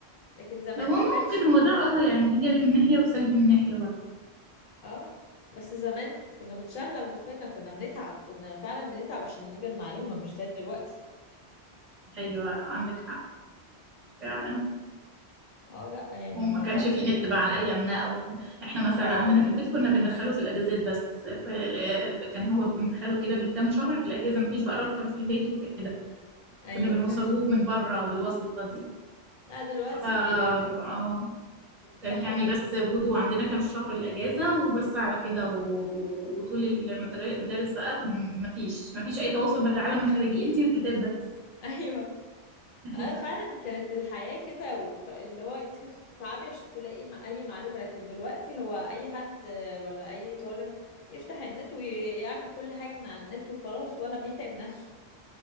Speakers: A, on the left; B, on the right.
A: لكن زمان
B: هو
A: ما كانش
B: ممكن هو ده اه يعني ايجابي من ناحية وسلبي من ناحية برضه
A: اه بس زمان كنا بنشغل مخنا كنا بنتعب كنا فعلا بنتعب عشان نجيب المعلومة مش زي دلوقتي
B: ايوه عندك حق فعلا
A: اه لا يعني
B: وما
A: الموضوع
B: كانش
A: كان
B: فيه نت بقى على ايامنا او احنا مثلا
A: اه
B: عندنا في البيت كنا بندخله في الاجازات بس ف- كان هو بندخله كده بالكام شهر في الاجازه مفيش بقى راوتر في البيت وكده
A: ايوه
B: كنا بنوصلوه
A: فعلا
B: من بره بالوصله دي
A: لا دلوقتي
B: ف آه،
A: بي... آه، بيفتحوا
B: كان يعني بس وجوده عندنا كام شهر الاجازه وبس على كده و... وطول المدر- المدارس بقى مفيش مفيش اي تواصل بالعالم الخارجي انتي والكتاب بس
A: <laughs> ايوه
B: ايوه
A: اه فعلا كانت الحياة كده و- ف- اللي هو انت كنت بتتعبي عشان تلاقي مع- اي معلومة لكن دلوقتي هو اي حد آه، ولا اي طالب يفتح النت ويعمل كل حاجة من على النت وخلاص ولا بيتعب نفسه